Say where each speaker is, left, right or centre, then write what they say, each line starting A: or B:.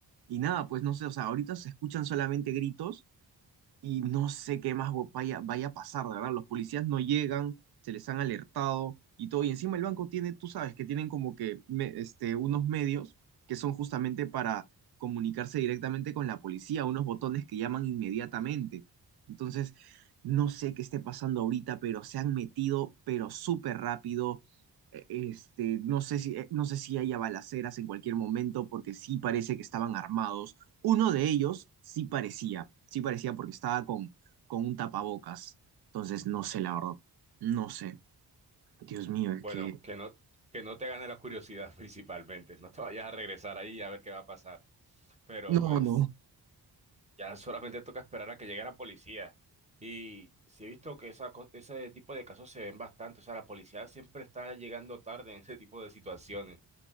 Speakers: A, on the right; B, on the right.
A: y nada, pues no sé, o sea, ahorita se escuchan solamente gritos y no sé qué más vaya, vaya a pasar, de verdad. Los policías no llegan, se les han alertado y todo. Y encima el banco tiene, tú sabes, que tienen como que me- este, unos medios que son justamente para comunicarse directamente con la policía, unos botones que llaman inmediatamente. Entonces, no sé qué esté pasando ahorita, pero se han metido, pero súper rápido. Eh, Este, no sé si, eh, no sé si haya balaceras en cualquier momento, porque sí parece que estaban armados. Uno de ellos sí parecía, sí parecía porque estaba con, con un tapabocas. Entonces, no sé, la verdad, no sé. Dios mío, es
B: Bueno,
A: que
B: que no, que no te gane la curiosidad <laughs> principalmente. No te vayas a regresar ahí a ver qué va a pasar. Pero
A: No,
B: pues
A: no.
B: ya solamente toca esperar a que llegue la policía. Y sí he visto que esa, co- ese tipo de casos se ven bastante. O sea, la policía siempre está llegando tarde en ese tipo de situaciones.